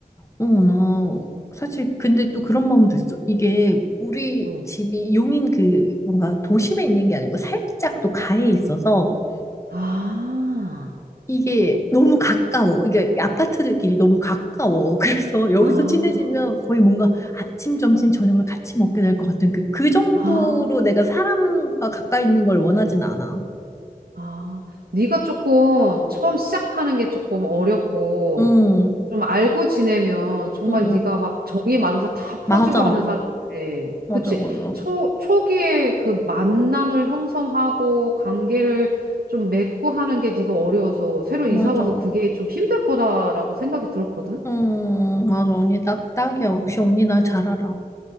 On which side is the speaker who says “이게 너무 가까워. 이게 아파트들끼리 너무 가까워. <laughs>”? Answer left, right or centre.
Left